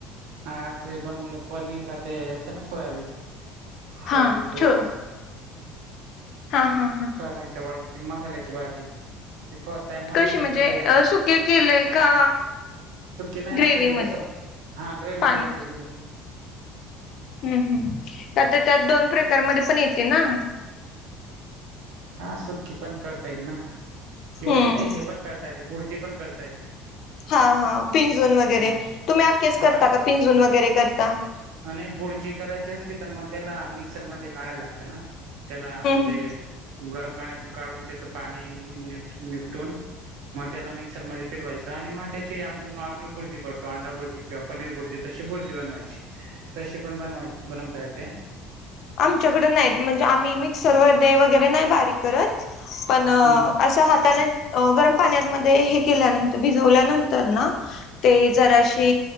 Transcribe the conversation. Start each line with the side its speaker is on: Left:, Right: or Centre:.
Right: हा अस अस बनवलं पनीर ते असतं ना सोयाबीन सोयाबीनची
Left: हा
Right: वड्या
Left: ठेव हा हा हा
Right: सोयाबीनच्या वड्या मसाल्याची भाजी ती फर्स्ट टाइम बनवली
Left: कशी म्हणजे
Right: ती
Left: सुके केलेय का
Right: सुखी नाही
Left: ग्रेवी
Right: आपण
Left: मध्ये
Right: जास्त हा ग्रेवी
Left: पाणी
Right: मध्ये केली होती
Left: हम्म हम् का तर त्यात दोन प्रकारमध्ये पण येते ना
Right: हा सुक्की पण करता येईल ना किंवा
Left: हम्म
Right: त्याचे हे पण करता येते बुर्जी पण करता येते.
Left: हा हा पिंजून वगैरे
Right: हा
Left: तुम्ही आखेच
Right: हा
Left: करता का
Right: ते
Left: पिंजून वगैरे करता?
Right: आणि बुर्जी करायची असली तर मग त्याला मिक्सरमध्ये काढायला लागतं ना त्याला म्हणजे
Left: हम्म
Right: गरम पाण्यातून काढून त्याच पाणीप निपटून मग त्याला मिक्सरमध्ये फिरवायचं आणि मग त्याची आपण नॉर्मल भुर्जी करतो अंडा भुर्जी. किंवा पनीर बुर्जी तशी बुर्जी बनवायची तशी पण बनवायच् बनवता येते.
Left: आमच्याकड नाहीत म्हणजे आम्ही मिक्सर वर ते वगैरे नाही बारीक करत पण
Right: हम्म
Left: असं हातान अ गरम पाण्यामध्ये हे केल्यानंतर भिजवल्यानंतर ना ते जराशी